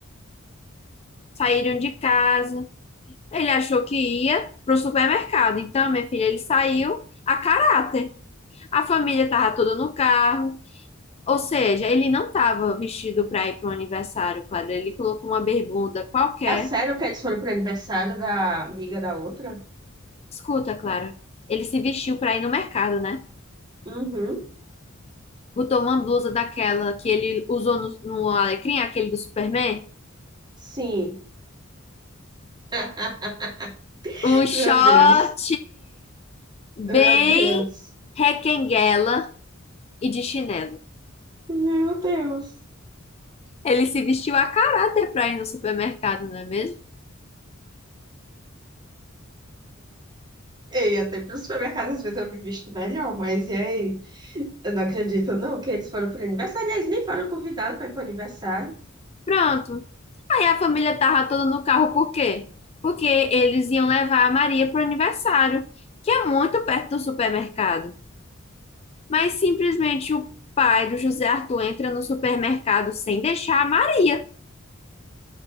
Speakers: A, on the left; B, on the right.
A: Saíram de casa. Ele achou que ia pro supermercado. Então, minha filha, ele saiu a caráter. A família estava toda no carro. Ou seja, ele não estava vestido para ir para um aniversário, Clara. Ele colocou uma bermuda qualquer.
B: É sério que eles foram pro aniversário da amiga da outra?
A: Escuta, Clara. Ele se vestiu para ir no mercado, né?
B: Uhum,
A: Botou uma blusa daquela que ele usou no, no Alecrim, aquele do Superman.
B: sim. <laughs>
A: Um short
B: Meu Deus,
A: bem
B: meu Deus,
A: requenguela e de chinelo.
B: meu Deus.
A: Ele se vestiu a caráter para ir no supermercado, não é mesmo?
B: Ei, até pro supermercado às vezes eu me visto melhor, mas e aí? Eu não acredito não que eles foram pro aniversário. Eles nem foram convidados para ir pro aniversário.
A: Pronto. Aí a família tava toda no carro, por quê? Porque eles iam levar a Maria pro aniversário, que é muito perto do supermercado. Mas simplesmente o pai do José Arthur entra no supermercado sem deixar a Maria.